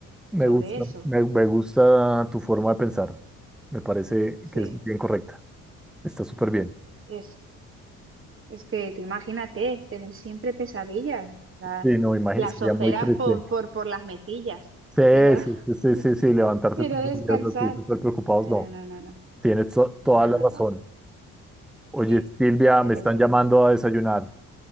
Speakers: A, in the centre; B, on the right.
A: Me
B: sobre
A: gusta,
B: eso.
A: me, me gusta tu forma de pensar. Me parece
B: Sí.
A: que es bien correcta. Está súper bien.
B: Es, es que tú imagínate, tener siempre pesadillas, la-
A: Sí, no, imagínate,
B: las
A: sería
B: ojeras
A: muy triste.
B: por, por, por las mejillas,
A: Sí,
B: de no, <laughs>
A: sí, sí, sí, sí, sí, levantarse
B: de
A: todos
B: no descansar.
A: los días así, súper preocupados,
B: No, no,
A: no.
B: no, no, no,
A: Tienes to- toda
B: no,
A: la
B: no,
A: razón.
B: no.
A: Oye,
B: Sí,
A: Silvia,
B: eso
A: me están
B: sería.
A: llamando a desayunar.